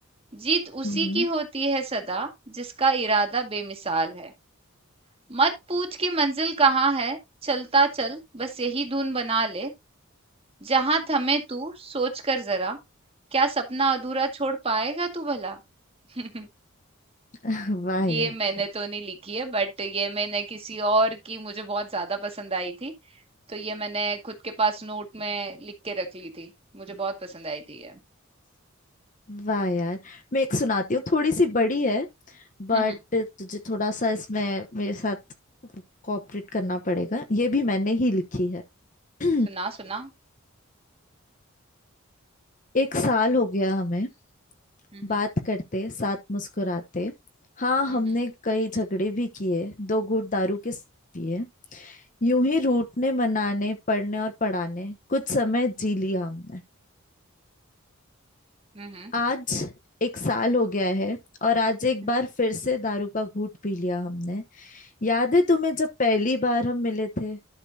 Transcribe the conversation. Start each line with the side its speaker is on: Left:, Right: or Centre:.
Right: जीत उसी
Left: हम्म
Right: की होती है सदा जिसका इरादा बेमिसाल है मत पूछ कि मंजिल कहाँ है चलता चल बस यही धुन बना ले जहां थमे तू सोच कर जरा क्या सपना अधूरा छोड़ पाएगा तू भला <laughs>
Left: हम्म, <laughs> वाह
Right: ये
Left: यार
Right: मैंने तो नहीं लिखी है बट ये मैंने किसी और की मुझे बहुत ज्यादा पसंद आई थी तो ये मैंने खुद के पास नोट में लिख के रख ली थी मुझे बहुत पसंद आई थी ये
Left: वाह यार मैं एक सुनाती हूँ थोड़ी सी बड़ी है
Right: हम्म
Left: बट तुझे थोड़ा सा इसमें मेरे साथ कोऑपरेट करना पड़ेगा ये भी मैंने ही लिखी है <clears throat>
Right: सुना सुना
Left: एक साल हो गया हमें
Right: हम्म
Left: बात करते साथ मुस्कुराते हाँ
Right: हम्म
Left: हमने कई झगड़े भी किए दो घूंट दारू के साथ पिए यूं ही रूठने मनाने पढ़ने और पढ़ाने कुछ समय जी लिया हमने
Right: हम्म
Left: आज एक साल हो गया है और आज एक
Right: हम्म,
Left: बार फिर से दारू का घूंट पी लिया हमने याद है तुम्हें जब पहली बार हम मिले थे